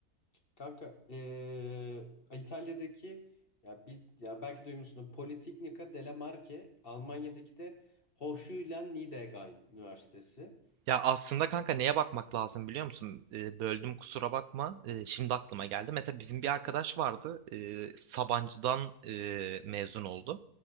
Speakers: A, on the left (about 40°); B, on the right (about 70°).
A: Kanka eee, İtalya'daki ya, bil, ya belki duymuşsunuz Politecnica delle Marche Almanya'daki de Hochschule Niederrhein Üniversitesi.
B: Ya aslında kanka neye bakmak lazım biliyor musun? Eee, böldüm kusura bakma. Eee, şimdi aklıma geldi. Mesela bizim bir arkadaş vardı. eee, Sabancı'dan eee, mezun oldu.